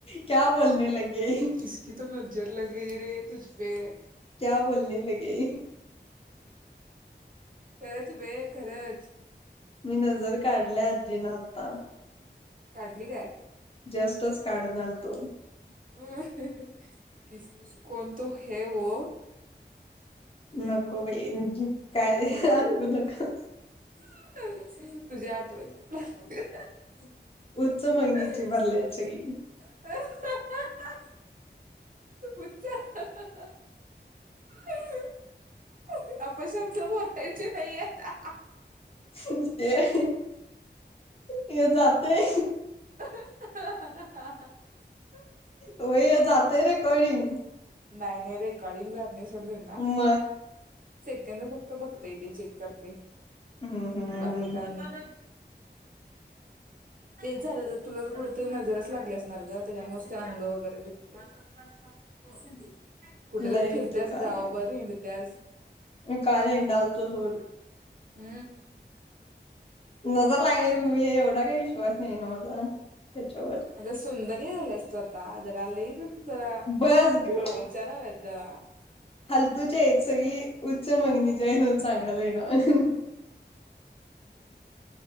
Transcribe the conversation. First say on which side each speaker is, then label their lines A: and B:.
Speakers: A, on the left; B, on the right.
A: क्या बोलणे लगे
B: किसकी तो नजर लग गई रे तुझपे
A: क्या बोलणे लगे
B: खरंच बे खरंच
A: मी नजर काढल्या आजीनं आता
B: काढली काय
A: जस्टच काढून आलतो
B: हम्म कोण तो हे ओ
A: नको बाई जी काय आणू नको
B: हम्म तुज्या आठवणी हम्म
A: उच्च मागणीची
B: हा
A: भरल्यात सगळी
B: हा उच्च हा हा अपशब्द बोलायची नाहीयेत हा
A: हा हे जातय
B: <unintelligible>
A: व्हय हे जातय रेकॉर्डिंग
B: नाही नाही रेकॉर्डिंग जात नाही सोड त्याना
A: मग
B: सेकंद फक्त बघतय ते चेक करतय
A: हम्म हम्म
B: बाकी
A: हम्म
B: काय आणि ते झालं तर तुला कुठतरी नजरच लागली असणार ग तेच्यामुळेच ते आंग वगैरे दुखतय <unintelligible> कुठ
A: लईच
B: तर फिरत्यास
A: दुकान
B: गावभर
A: आहे.
B: हिंडत्यास
A: काल हिडालतो सोड
B: हू
A: नजर लागली मी एवढा काय विश्वास नाही आहे ग माझा त्याच्यावर
B: अगं सुंदरी झाल्यास तूआता आ जरा लई जरा
A: बस गप्प
B: विचार आल्यात जरा
A: फालतूच आहेत सगळी उच्च मगनी जय म्हणून सांगालोय नव्ह